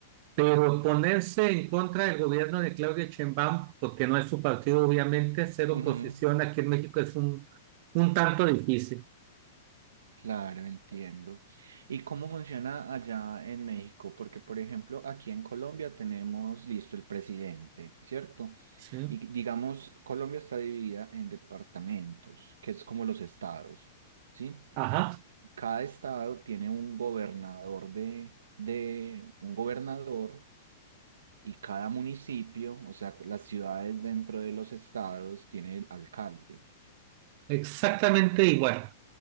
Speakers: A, on the right; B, on the right.
A: Pero ponerse en contra del gobierno de Claudia Sheinbaum, porque no es su partido, obviamente, ser
B: ujú,
A: oposición aquí en México es un, un tanto difícil,
B: Claro, entiendo. ¿Y cómo funciona allá en México? Porque, por ejemplo, aquí en Colombia tenemos listo el presidente, ¿cierto?
A: ¿sí?
B: Y digamos, Colombia está dividida en departamentos, que es como los estados, ¿sí?
A: Ajá,
B: Cada estado tiene un gobernador de, de un gobernador y cada municipio, o sea, las ciudades dentro de los estados tiene el alcalde.
A: exactamente igual,